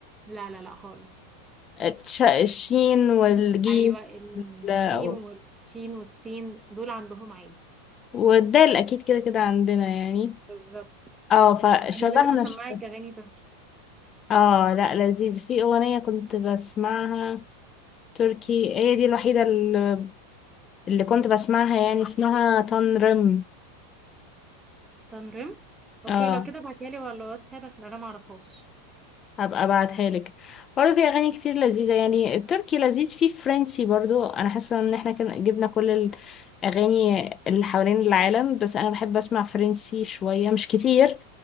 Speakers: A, on the right (about 15°); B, on the left (about 30°).
A: لا لا لا خالص
B: الش- الشين والجيم
A: ايوه الجيم
B: وال-
A: والشين والسين دول عندهم عادي
B: والدال اكيد كده كده عندنا يعني
A: بالظبط
B: اه فشبهنا
A: انا لازم اسمعك
B: شوية
A: اغاني تركي
B: اه لا لذيذ في اغنية كنت بسمعها تركي هي دي الوحيدة اللي اللي كنت بسمعها يعني اسمها تنرم
A: تنرم اوكي
B: اه
A: لو كده ابعتيها لي ولا واتساب عشان انا ما اعرفهاش
B: هبقى ابعتها لك برضه في اغاني كتير لذيذه يعني التركي لذيذ في فرنسي برضه انا حاسه ان احنا كان جبنا كل الاغاني اللي حوالين العالم بس انا بحب اسمع فرنسي شويه مش كتير